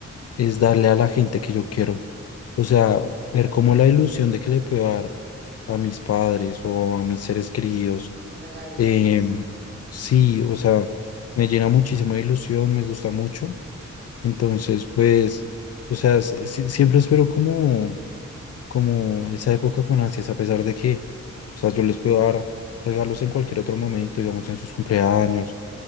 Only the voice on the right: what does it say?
Un regalito,
sí.
Claro.